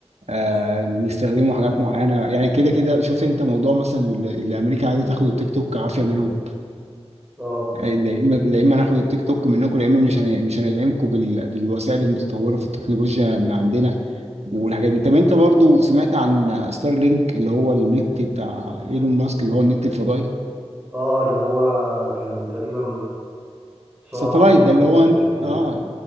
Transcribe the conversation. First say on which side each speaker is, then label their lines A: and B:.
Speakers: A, on the right; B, on the right.
A: آه بيستخدموا حاجات معينه يعني كده كده شوف انت موضوع مثلا اللي اللي امريكا عايزه تاخد التيك توك كعافيه منهم
B: اه
A: آه، لا اما لا إما ناخد التيك توك منكم يا اما مش هن... مش هندعمكم بال... بالوسائل المتطوره في التكنولوجيا من عندنا والحاجات دي طب انت برضو سمعت عن ستار لينك اللي هو النت بتاع ايلون ماسك اللي هو النت الفضائي
B: اه اللي هو كان تقريبا سرعة
A: ساتلايت
B: بلا حدود
A: ده اللي هو
B: حاجة شبه كده
A: اه